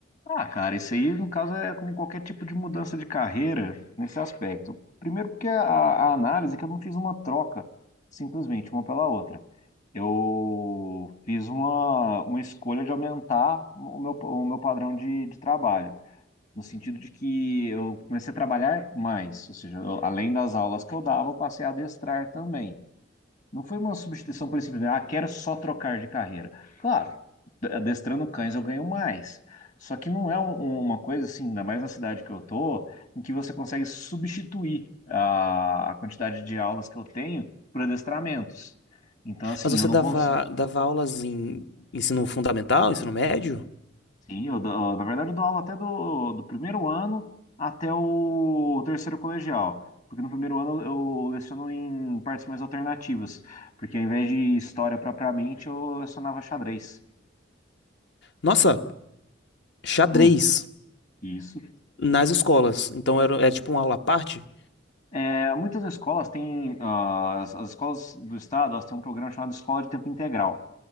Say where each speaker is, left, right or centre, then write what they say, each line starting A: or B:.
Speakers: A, on the left; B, on the left.
A: Ah, cara, isso aí, no caso, é como qualquer tipo de mudança de carreira nesse aspecto. Primeiro, porque a, a análise é que eu não fiz uma troca, simplesmente uma pela outra. Eu fiz uma, uma escolha de aumentar o meu, o meu padrão de, de trabalho, no sentido de que eu comecei a trabalhar mais, ou seja, eu- além das aulas que eu dava, eu passei a adestrar também. Não foi uma substituição por simples, ah, quero só trocar de carreira. Claro, adestrando cães eu ganho mais. Só que não é um- um, uma coisa assim, ainda mais na cidade que eu tô, em que você consegue substituir a, a quantidade de aulas que eu tenho por adestramentos. Então, assim,
B: Mas você
A: eu não
B: dava,
A: consigo.
B: dava aulas em ensino fundamental, ensino médio?
A: Sim, eu dou- na verdade eu dou aula até do, do primeiro ano até o terceiro colegial. Porque no primeiro ano eu leciono em partes mais alternativas. Porque ao invés de história propriamente, eu lecionava xadrez.
B: Nossa, xadrez
A: Hum, isso.
B: nas escolas. Então era, era tipo uma aula à parte.
A: É, muitas escolas têm, ah, as, as escolas do estado, elas têm um programa chamado Escola de Tempo Integral.